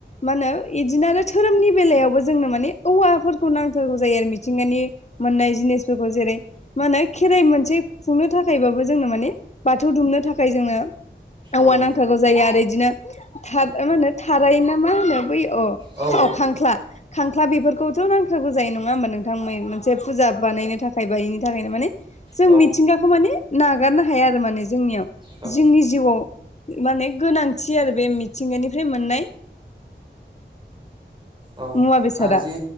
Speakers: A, on the left (about 35°); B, on the right (about 25°).
A: मा होनो इदिनो आरो धोरोमनि बेलायावबो जोंनो माने औवाफोरखौ नांथारगौ जायो आरो मिथिंगानि मोननाय जिनिसफोरखौ जेरै- मा होनो खेराइ मोनसे खुंनो थाखायबाबो जोंनो माने बाथौ दुमनो थाखाय जोंनो औवा
B: औ
A: नांगौ थागौ जायो आरो बिदिनो था मा होनो थाराय ना मा होनो बैयो अ
B: औ
A: अ खांख्ला खांख्ला बेफोरखौथ' नांथारगौ जायो नङा होमबा नोंथांमोन मोनसे फुजा बानायनो थाखाय बा बेनि थाखायनो माने जों
B: औ
A: मिथिंगाखौ माने नागारनो हाया आरो माने जोंनियाव
B: औ
A: जोंनि जिउआव माने गोनांथि आरो बे मिथिंगानिफ्राय मोननाय
B: औ
A: मुवा बेसादा
B: आ जे